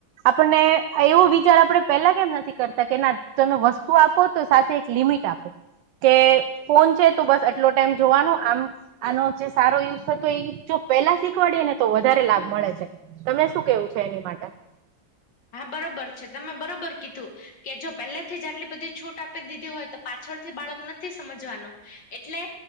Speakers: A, on the right (about 70°); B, on the left (about 70°).
A: આપણને એવું જ્યારે આપણે પેલા કેમ નથી કરતા કે ના તમે વસ્તુ આપો તો સાથે એક લિમિટ આપો કે ફોન છે તો બસ આટલો ટાઈમ જોવાનું આમ આનો જે સારો યુઝ થતો એ જો પેલા શીખવાડીએે ને તો વધારે લાભ મળે છે. તમને શું કેવું છે એની માટે
B: હા બરોબર છે તમે બરોબર કીધું કે જો પહેલેથી જ આટલી બધી છૂટ આપી દીધી હોય તો પાછળથી બાળક નથી સમજવાનું એટલે